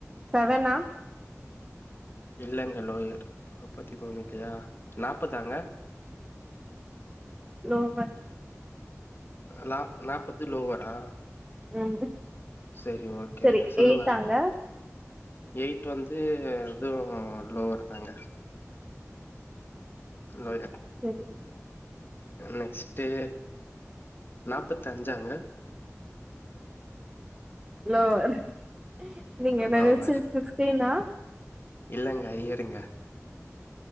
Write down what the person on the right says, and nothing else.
செவனா
நோங்க
ம்
செரி
எயிட்டாங்க
சேரி
லோவர் நீங்க நேனைச்சது
ஃபிஃப்டினா